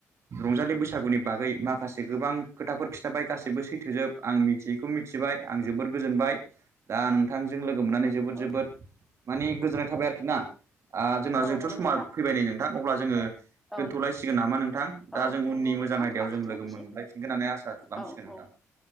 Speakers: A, on the right (about 50°); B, in the centre.
A: रंजालि बैसागुनि बागै माखासे गोबां खोथाफोर खिथाबाय गासैबो सैथोजोब। आं मिथियैखौ मिथिबाय आं जोबोद गोजोनबाय दा नोंथांजों लोगो मोननानै जोबोद
B: औ
A: जोबोद मानि गोजोननाय थाबाय आरोखि ना? आ जोंनाव
B: औ
A: जिहेथु
B: नंगौ
A: समा
B: नोंथां
A: फैबाय न नों नोंथां अब्ला जोङो
B: औ
A: दोन्थ'लायसिगोन नामा नोंथां? दा
B: औ
A: जों उननि
B: नंगौ
A: मोजां
B: नोंथां
A: आयदायाव
B: लाखिथ'नोसै
A: जों लोगो मोनलायफिनगोन होननानै आसा खालामसिगोन
B: औ
A: नोंथां।
B: औ